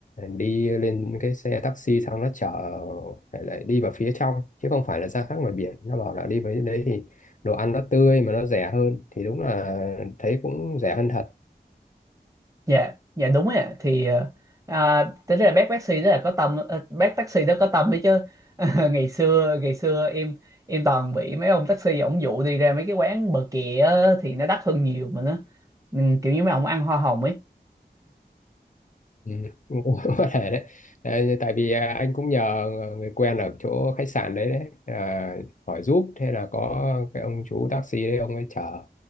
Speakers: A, on the left; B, on the right.
A: đi lên cái xe taxi xong nó chở lại lại đi vào phía trong chứ không phải là ra khác ngoài biển nó bảo là đi với đấy thì đồ ăn nó tươi mà nó rẻ hơn thì đúng là thấy cũng rẻ hơn thật
B: dạ dạ đúng ạ thì ờ, à, tính ra bác taxi đó là có tâm ờ, bác taxi đó có tâm đấy chứ <laughs> ngày xưa ngày xưa em em toàn bị mấy ông taxi ổng dụ đi ra mấy cái quán bờ kè á, thì nó đắt hơn nhiều mà nó ừ, kiểu như mấy ông ăn hoa hồng ấy
A: Ừ, cũng cũng <laughs> có thể đấy. Đấy, tại vì à, anh cũng nhờ ờ, người quen ở chỗ khách sạn đấy đấy à, hỏi giúp thế là có cái ông chú taxi đấy ông ấy chở